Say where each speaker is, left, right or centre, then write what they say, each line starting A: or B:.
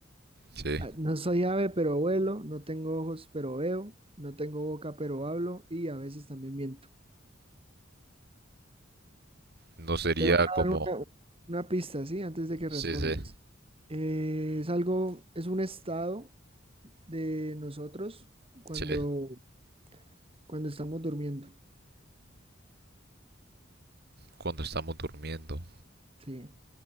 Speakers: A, on the right (about 55°); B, on the right (about 30°).
A: sí.
B: Ah, No soy ave, pero vuelo. No tengo ojos, pero veo. No tengo boca, pero hablo. Y a veces también miento.
A: No sería
B: Te voy a
A: como,
B: dar una, una pista, ¿sí? Antes de que
A: sí,
B: respondas.
A: sí,
B: Eh, es algo, es un estado. de nosotros cuando,
A: sí,
B: cuando estamos durmiendo.
A: cuando estamos durmiendo.
B: Sí,